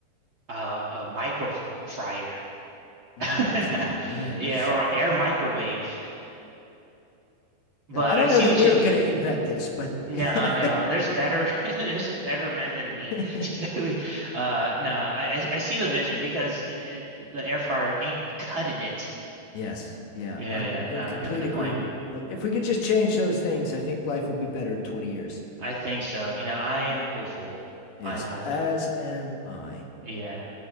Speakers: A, on the right; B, on the left.
A: uh, a micro fryer,
B: Microfryer.
A: <laughs>
B: Yeah, that's
A: yeah,
B: true.
A: or air microwave. But
B: Yeah, I don't
A: I see
B: know that
A: what
B: we're
A: you mean.
B: going to invent this, but
A: No,
B: yeah.
A: no, there's better, <laughs> there's better men than me.
B: <laughs>
A: <laughs> Uh, no, I, I I see the vision because eh, the air fryer ain't cutting it.
B: yes. Yeah.
A: Yeah,
B: I'm
A: yeah, no,
B: in complete
A: you have a good
B: agreement.
A: point.
B: But if we could just change those things, I think life will be better in 20 years.
A: I think so. You know, I am hopeful.
B: Yes.
A: I am
B: As
A: hopeful.
B: am I.
A: Yeah, yeah.